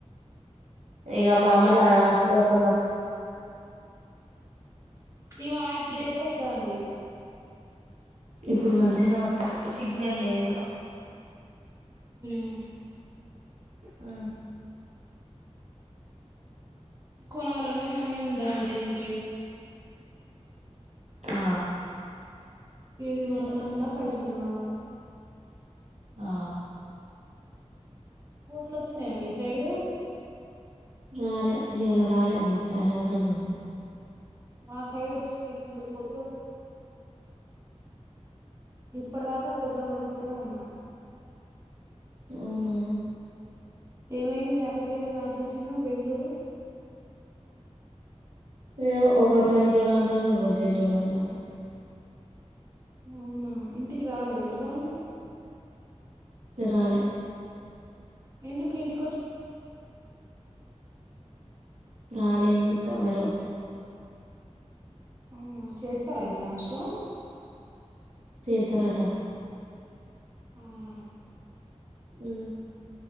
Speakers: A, on the right (about 75°); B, on the right (about 25°).
A: ఇగ మా అమ్మ నా అప్పుడు కొన్న <inaudible>
B: ఈ వాయిస్ బ్రేక్ అయితాంది
A: ఇప్పుడు మంచిగానే వస్తోంది. సిగ్నల్ లేదు.
B: మ్మ్
A: ఆ
B: కొనాలన్న మనీ ఉండాలి. దేనికైనా
A: ఆ
B: ఏది కొనాలన్న పైసలు కావాలే.
A: ఆ
B: కోతులు వచ్చినాయ మీ సైడ్
A: రాలే ఇయలా రాలే అమ్మ ప్రశాంతంగా ఉంది.
B: మా సైడ్ వచ్చినాయి ఫుల్ కోతులు వచ్చినాయి. ఇప్పటిదాకా కోతులను కొట్టుకుంటనే ఉన్నా
A: అవునా
B: ఏమైంది మీ అక్కకి ఏదో మ్యాచ్ వచ్చిందేమో బెంగళూరు
A: ఏ ఒకరు మంచోడు ఉంటాడు ఒకరు చెడ్డోడు ఉంటాడు
B: అవునా ఇంటికి రాలే మరి వాళ్ళు
A: రాలే
B: ఎందుకు ఇంటి
A: రాలే ఇంకా మరి
B: అవునా చేస్తారా ఈ సంవత్సరం
A: చేతరటా
B: అవునా
A: మ్